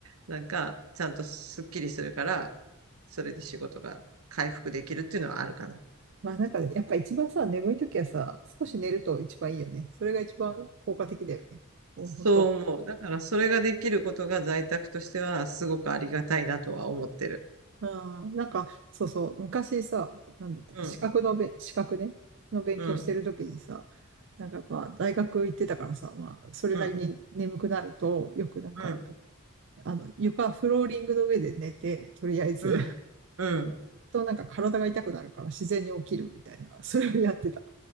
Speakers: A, on the right; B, on the right.
A: なんか、ちゃんとすっきりするから、それで仕事が回復できるっていうのはあるかな。
B: まあなんかね、やっぱ一番さ、眠い時はさ、少し寝ると一番いいよね。それが一番効果的だよね。もう本当。
A: そう思う。だから、それができることが在宅としては、すごくありがたいなとは思ってる。
B: うん。なんか、そうそう、昔さ、なんだったか、
A: うん、
B: 資格のべ、資格ね、の勉強してる時にさ、
A: うん、
B: なんかやっぱ大学行ってたからさ、まあ、それなりに眠くなると、
A: うん、
B: よくなんか、
A: うん、
B: あの、床、フローリングの上で寝て、とりあえず、
A: うん、
B: <laughs>
A: うん。
B: となんか体が痛くなるから自然に起きるみたいな、それをやってた。